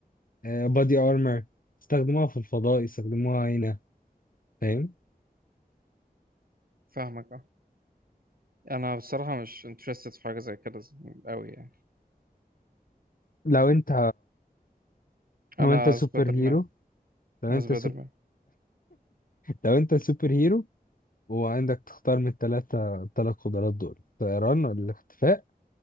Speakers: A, on the left; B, on the right.
A: بادي ارمor استخدموها في الفضاء استخدموها هنا فاهم
B: فاهمك اه انا بصراحة مش interested في حاجة زي كده قوي يعني
A: لو انت
B: انا
A: لو انت سوبر
B: سبايدر
A: هيرو
B: مان
A: لو
B: انا
A: انت
B: سبايدر
A: سوب...
B: مان
A: لو انت سوبر هيرو وعندك تختار من الثلاثه الثلاث قدرات دول الطيران ولا الاختفاء